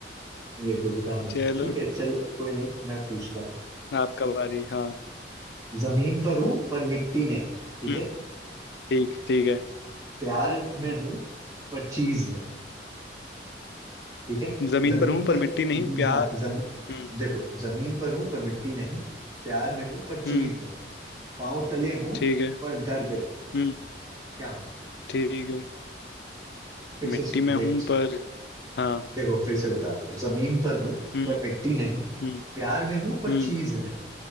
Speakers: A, on the right; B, on the left.
A: ये दुविधा में
B: चलो
A: ठीक है चलो कोई नहीं मैं पूछता हूँ
B: आपका बारी हाँ
A: जमीन पर हूँ पर मिट्टी नहीं ठीक
B: हम्म
A: है
B: ठीक ठीक है
A: प्यार में हूँ पर चीज नहीं ठीक है
B: जमीन
A: जमीन
B: पर हूँ पर
A: पर
B: मिट्टी नहीं प्यार
A: हाँ जमी
B: हम्म
A: देखो जमीन पर हूँ पर मिट्टी नहीं प्यार में हूँ पर चीज
B: हम्म
A: नहीं पाँव तले हूँ
B: ठीक है
A: पर दर्द नहीं
B: हम्म
A: क्या हूँ
B: ठीक है
A: फिर
B: मिट्टी
A: से सु-
B: में हूँ
A: देख
B: पर हाँ
A: देखो फिर से बताता हूँ जमीन पर हूँ
B: हम्म
A: पर मिट्टी नहीं
B: हम्म
A: प्यार में हूँ पर
B: हम्म
A: चीज नहीं